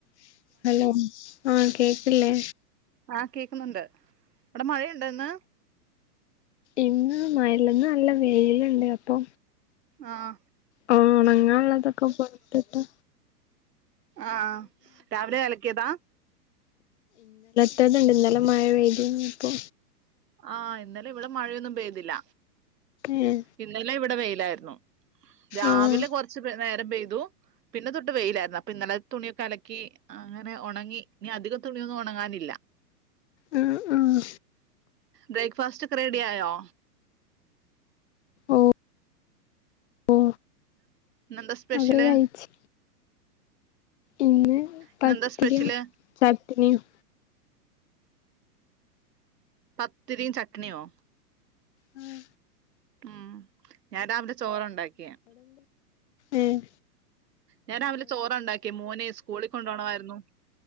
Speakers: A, on the left (about 45°); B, on the right (about 75°).
A: <unintelligible> Hello ആഹ കേക്കില്ലേ
B: ആഹ് കേക്കുന്നുണ്ട് ഇവിടെ മഴയുണ്ടന്ന്
A: ഇന്ന് മഴല്ല ഇന്ന് നല്ല വെയിലുണ്ട് അപ്പൊ
B: ആഹ
A: ഓ ഉണങ്ങാനുള്ളതൊക്കെ പൊറത്ത് ഇട്ടോ?
B: ആഹ രാവിലെ എളക്കിയതാ
A: റ്റത്ണ്ട് ഇന്നല മഴ പെയ്തി ഇപ്പൊ
B: ആഹ ഇന്നലെ ഇവിടെ മഴയൊന്നും പെയ്തില്ല
A: ഏഹ്
B: ഇന്നലെ ഇവിടെ വെയിലായിരുന്നു രാവിലെ
A: ആഹ്
B: കൊറച്ച് നെ നേര ത പെയ്തു പിന്നെ തൊട്ട് വെയിലായിരുന്നു അപ്പൊ ഇന്നലത്തെ തുണിയൊക്കെ അലക്കി അങ്ങനെ ഉണങ്ങി നി അധിക തുണിയൊന്നും ഉണങ്ങാനില്ല
A: ആ ആഹ്
B: ബേക്ക് ഫസ്റ്റ് ക്രേഡിയ ആയോ
A: ഓ ഓ
B: നന്താ സ്പെഷ്യല്
A: അത് കഴിച്ച് ഇന്ന്
B: ഇന്നെന്താ
A: പത്തിരിയും
B: സ്പെഷ്യല്
A: ചട്ട്നിയും
B: പത്തിരിയും ചട്നിയോ
A: ഉം
B: ഉം ഞാൻ രാവില ചോറ ഉണ്ടാക്കി ക്യാ
A: ഉം
B: ഞാൻ രാവിലെ ചോറണ്ടാക്കി മോനെ സ്കൂളിൽ കണ്ടോണമാ ന്നും